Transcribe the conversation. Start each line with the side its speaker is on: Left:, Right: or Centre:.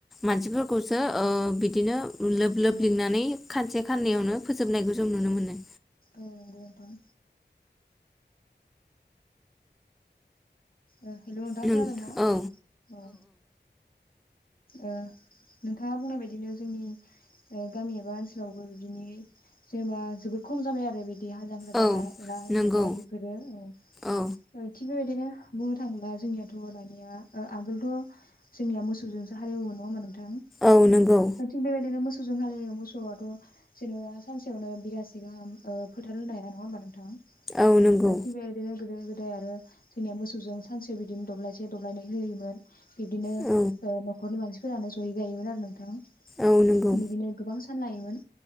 Centre: मानसिफोरखौसो ओ बिदिनो लोब लोब
Left: औ
Centre: लिंनानै खानसे खाननैयावनो
Left: औ
Centre: फोजोबनाय जों नुनो मोनो।
Left: औ नंगौ नोंथां। ओ हेल' नोंथां
Centre: नों
Left: खोनादोंना?
Centre: औ
Left: औ ओ नोंथाङा बुंनाय बायदिनो जोंनि ओ गामि एबा ओनसोलावबो बिदिनि जेनेबा जोबोद खम जाबाय आरो बि- दि हाल जांख्रा जानाय
Centre: औ
Left: ला
Centre: नंगौ
Left: जानाय बेफोरो औ
Centre: औ
Left: ओ थिग बेबाय- दिनो बुंनो थाङोब्ला जोंनियाथ' दानिया ओ आगोलथ' जोंनिया मोसौजोंसो हालेवोमोन नङा ओमबा नों- थां
Centre: औ नंगौ
Left: ओ थिग बेबायदिनो मोस- गुजों हलि मोसौआथ' जेनेबा सानसेयावनो बिगासे गाहाम ओ फोथार होनो हाया नङा होमबा नोंथां?
Centre: औ नंगौ
Left: बाथै बेायदिनो गोदोर गोदोर दे आरो जोंनिया मोसौजों सानसेयाव बिदिनो दब्लायसे दब्लायनै होयोमोन बिब्दिनो
Centre: औ
Left: ओ न'- खरनि मानसिफोरानो जयै गायोमोन आरो नोंथां।
Centre: औ नंगौ
Left: बिदिनो गोबां फानलायोमोन